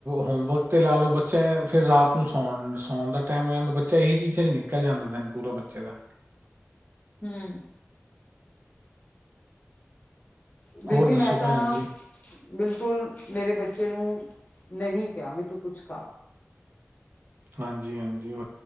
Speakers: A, on the right; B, on the left.
A: ਹੋਮਵਰਕ 'ਤੇ ਲਾ ਲਉ ਬੱਚਾ ਫਿਰ ਰਾਤ ਨੂੰ ਸੌਣ- ਸੌਣ ਦਾ ਟਾਈਮ ਹੋ ਜਾਂਦਾ ਬੱਚਾ ਇਹੀ ਚੀਜ਼ਾਂ 'ਚ' ਨਿਕਲ ਨਿਕਲ ਜਾਂਦਾ ਦਿਨ ਪੂਰਾ ਬੱਚੇ ਦਾ
B: ਹਮ। ਵੀਰ
A: ਹੋਰ
B: ਜੀ,
A: ਦੱਸੋ
B: ਮੈਂ
A: ਭੈਣ
B: ਤਾਂ ਨਾ
A: ਜੀ
B: ਬਿਲਕੁਲ ਮੇਰੇ ਬੱਚੇ ਨੂੰ <inaudible> ਨਹੀਂ ਕਿਹਾ ਵੀ ਤੂੰ ਕੁਛ ਖਾ
A: ਹਾਂਜੀ-ਹਾਂਜੀ।